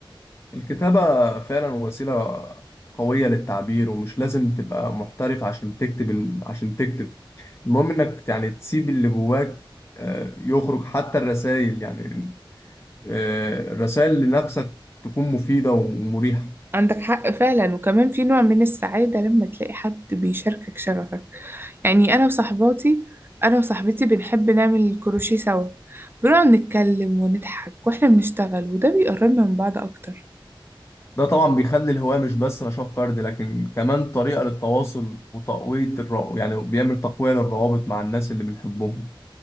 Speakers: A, on the left; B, on the right.
A: الكتابة فعلا وسيلة قوية للتعبير ومش لازم تبقى محترف عشان تكتب الم- عشان تكتب المهم انك يعني تسيب اللي جواك آه، يخرج حتى الرسائل يعني الرسائل لنفسك تكون مفيدة ومريحة
B: عندك حق فعلا وكمان في نوع من السعادة لما تلاقي حد بيشاركك شغفك يعني انا وصحباتي انا وصاحبتي بنحب نعمل الكروشيه سوا بنقعد نتكلم ونضحك واحنا بنشتغل وده بيقربنا من بعض اكتر
A: ده طبعا بيخلي الهواية مش بس نشاط فردي لكن كمان طريقة للتواصل وتقوية الر... يعني بيعمل تقوية للروابط مع الناس اللي بنحبهم